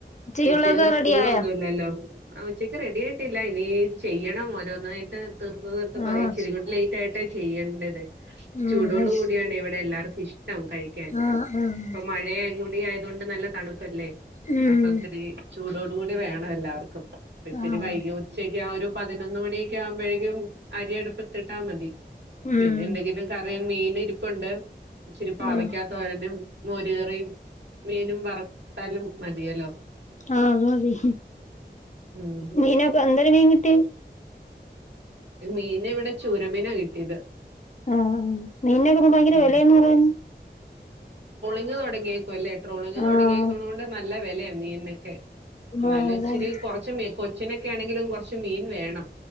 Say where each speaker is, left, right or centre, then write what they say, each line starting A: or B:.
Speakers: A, on the left (about 45°); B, on the right (about 85°).
A: ഉച്ചക്കുള്ളതൊക്കെ
B: കൊച്ചിന്നും
A: റെഡി
B: സ്കൂളൊന്നുംല്ലല്ലോ
A: ആയോ
B: ആ ഉച്ചയ്ക്ക് റെഡി ആയിട്ടില്ല ഇനി ചെയ്യണം ഓരോന്നായിട്ട് തീർത്ത് തീർത്ത് പറയ
A: ആഹ്
B: ചിരിങ്ങുട്ട് ലേറ്റ് ആയിട്ടാണ് ചെയ്യേണ്ടത്.
A: ഉം
B: ചൂടോട്
A: ന്നാ ശ്
B: കൂടിയാണ് ഇവിടെ എല്ലാർക്കും ഇഷ്ടം കഴിക്കാൻ
A: ആഹ് ആഹ്
B: ഇപ്പൊ മഴ ആയത് കൊണ്ട് നല്ല തണുപ്പല്ലേ
A: ഉം
B: അപ്പൊ ഇത്തിരി ചൂടോട കൂടി വേണം എല്ലാവർക്കും. ഇപ്പ ഇത്തിരി
A: ആഹ്
B: വൈക ഉച്ചക്കെ ആ ഒരു പതിനൊന്ന് മണിയൊക്കെ ആകുമ്പോഴേക്കും അരിയടുപ്പ് എത്തിട്ടാ മതി.
A: ഉം
B: പിന്നെ എന്തെങ്കിലും കറിയ മീൻ ഇരിപ്പുണ്ട് ഇച്ചിരിപ്പവയ്ക്കാത്തതോരനും.
A: ഉം ആഹ്
B: മോരുകറിയും മീനും വറത്താലും മതിയല്ലോ?
A: ആഹ അത മതി
B: ഉം
A: മീനക്ക എന്തരും മീൻകിട്ടിയേ?
B: മീൻ എവിടെ ചുരമീനാ കിട്ടിയത്.
A: ആഹ ആ മീനൊക്ക്പോ ഭയങ്കര
B: ആഹ്
A: വിലയന്ന് പറയുന്നു.
B: അങ്ങ തുടങ്ങിയ ട്രോളിങ്
A: ആഹ്
B: തുടങ്ങിയക്ണണ്ട് നല്ല വെലയാണ് മീനൊക്കെ എന്നാല
A: ആഹ് അതാണ്
B: ഇച്ചരി കുറച്ച് മീ കൊച്ചിനൊക്കെ ആണെങ്കിലും കൊറച്ച് മീൻ വേണം